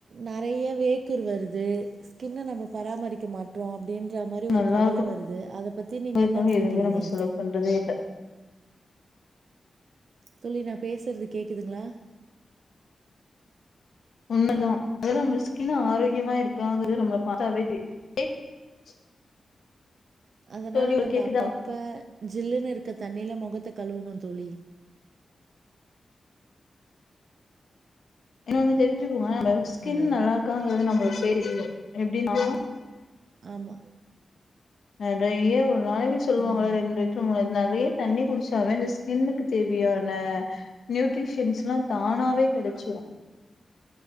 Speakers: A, on the right; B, on the left.
A: நெறைய வேக்குரு வருது ஸ்கின்ன நம்ம பராமரிக் க மாட்டோ அப்டின்ற மாரி ஒரு
B: நல்லா
A: கவல வருது அத பத்தி
B: இருக்கணு
A: நீங்க என்ன நெனைக்கிறீங்க
B: எதுவுமே நம்ம செலவு பண்றதே இல்ல
A: தோழி நா பேசுறது கேக்குதுங்களா
B: உண்மதா அதால நம்ம ஸ்கின் ஆரோக்கியமா இருக்காங்குறது நம்மள பாத்தாவே <inaudible>
A: அதனால
B: தோழி
A: நம்ம
B: ஒரு கேக்குதா
A: அப்பப்ப ஜில்லுன்னு இருக்க தண்ணில மொகத்த கழுவணு தோழி
B: இன்னோனு தெரிஞ்சுக்கோங்க நம்ம ஸ்கின்
A: ஹலோ
B: நல்லா இருக்காங்குறது நம்மளுக்கே தெரியு எப்டினா
A: ஆமா
B: நெறைய ஒரு நாளைக்கு சொல்லுவாங்கள
A: ம்
B: ரெண்டு லிட்ரு மூணு நெறைய தண்ணி குடுச்சாவே இந்த ஸ்கின்னுக்கு தேவையான நியூட்ரிஷன்ஸ்ல்லா தானாவே கெடச்சுரு